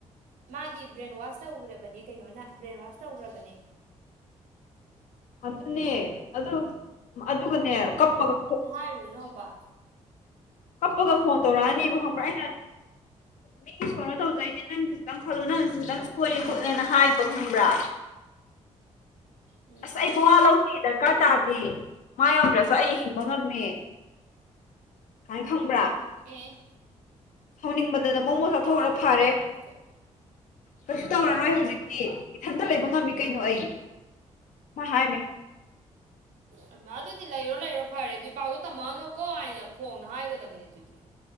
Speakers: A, on the right (about 85°); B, on the left (about 80°).
A: ꯃꯥꯗꯤ ꯕ꯭ꯔꯦꯟꯋꯥꯁ ꯇꯧꯈ꯭ꯔꯕꯅꯤ ꯀꯩꯅꯣꯅ ꯕ꯭ꯔꯦꯟꯋꯥꯁ ꯇꯧꯈ꯭ꯔꯕꯅꯦ
B: ꯑꯗꯨꯅꯦ ꯑꯗꯨ ꯑꯗꯨꯒꯅꯦ ꯀꯞꯄꯒ
A: ꯍꯥꯏꯔꯨ ꯅꯨꯕ
B: ꯀꯞꯄꯒ ꯐꯣꯟ ꯇꯧꯔꯅꯤꯕ ꯈ꯭ꯔ ꯃꯤꯒꯤ ꯁꯣꯅ ꯇꯧꯖꯩꯅꯦ ꯅꯪꯁꯨ ꯈꯤꯇꯪ ꯈꯜꯂꯨ ꯅꯪꯁꯨ ꯈꯤꯇꯪ ꯁꯣꯏꯌꯦ ꯈꯣꯠꯂꯦꯅ ꯍꯥꯏꯕ ꯈꯪꯕ꯭ꯔꯥ
A: ꯎꯝ
B: ꯑꯁ ꯑꯩ ꯄꯋꯥ ꯂꯧꯗꯦ ꯗꯔꯀꯥꯔ ꯇꯥꯗꯦ ꯃꯥ ꯌꯧꯗ꯭ꯔꯁꯨ ꯑꯩ ꯍꯤꯡꯕ ꯉꯝꯃꯦ ꯀꯥꯏꯅ ꯈꯪꯕ꯭ꯔꯥ
A: ꯑꯦ
B: ꯍꯥꯎꯅꯤꯡꯃꯟꯗꯅ ꯃꯣ ꯃꯣ ꯆꯥꯊꯣꯛꯑꯔ
A: ꯇꯥꯠꯀ
B: ꯐꯥꯔꯦ
A: ꯄꯥꯠꯀ
B: ꯀꯩꯁꯨ ꯇꯧꯔꯔꯣꯏ ꯍꯧꯖꯤꯛꯇꯤ ꯏꯊꯟꯇ ꯂꯩꯕ ꯉꯝꯃꯤ ꯀꯩꯅꯣ ꯑꯩ ꯃꯥ ꯍꯥꯏ ꯃꯦ
A: ꯑꯩꯃꯥ ꯑꯗꯨꯗꯤ ꯂꯩꯔꯣ ꯂꯩꯔꯣ ꯐꯔꯦ ꯑꯗꯨꯗꯤ ꯄꯥꯛꯗꯣ ꯇꯝꯃꯛꯑꯅꯨꯀꯣ ꯍꯥꯏꯅ ꯐꯣꯡꯅ ꯍꯥꯏꯒꯗꯕꯅꯦ ꯑꯗꯨꯗꯤ